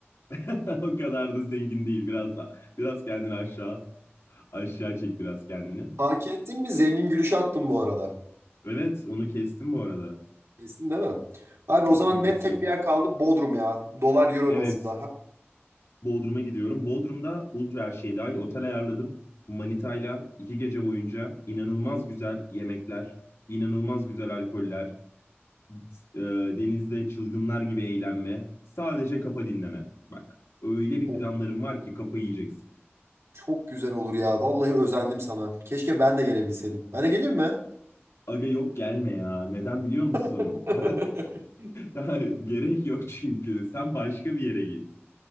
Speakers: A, on the left; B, on the right.
A: <laughs> O kadar da zengin değil. Biraz biraz kendini aşağı aşağı çek biraz kendini.
B: Fark ettin mi? Zengin gülüşü attım bu arada.
A: Evet onu kestim bu arada.
B: Kesin değil mi? Abi
A: Kestim
B: o zaman
A: kestim.
B: net tek bir yer kaldı. Bodrum ya. Dolar euro
A: Evet
B: bazında. Ha?
A: Bodrum'a gidiyorum. Bodrum'da ultra her şey dahil otel ayarladım. Manita'yla iki gece boyunca inanılmaz güzel yemekler, inanılmaz güzel alkoller, e, denizde çılgınlar gibi eğlenme, sadece kafa dinleme. Bak, öyle bir
B: Of,
A: planlarım var ki kafa yiyeceksin.
B: çok güzel olur ya. Vallahi özendim sana. Keşke ben de gelebilseydim. Ben de geleyim mi?
A: Aga yok gelme ya. Neden biliyor musun?
B: <laughs>
A: <laughs> Ya, gerek yok çünkü. Sen başka bir yere git.